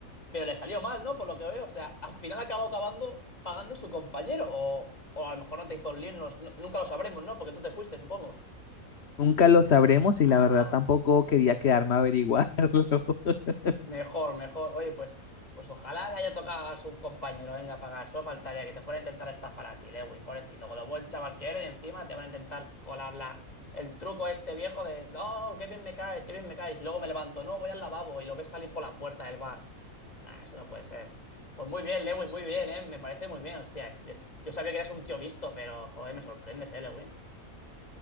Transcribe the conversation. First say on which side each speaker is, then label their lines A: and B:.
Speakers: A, on the left; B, on the left.
A: pero le salió mal, ¿no? Por lo que veo. O sea, al final acabó acabando pagando su compañero. O, o a lo mejor no te hizo el lío, no lo- no- nunca lo sabremos, ¿no? Porque tú te fuiste, supongo.
B: Nunca lo sabremos
A: Ajá.
B: y la verdad tampoco quería quedarme a averiguarlo. <laughs>
A: Mejor, mejor. Oye, pues, pues ojalá le haya tocado a su compañero. Venga, pagar. Solo faltaría que te fuera a intentar estafar a ti, Lewin, pobrecito. Con lo buen chaval que eres, encima te van a intentar colar la- el truco este viejo de, no, qué bien me caes, qué bien me caes. Y luego me levanto, no, voy al lavabo y lo ves salir por la puerta del bar. Nah, eso no puede ser. Pues muy bien, Lewin, muy bien, ¿eh? Me parece muy bien, hostia. Yo, yo sabía que eras un tío listo, pero, joder, me sorprendes, ¿eh, Lewin?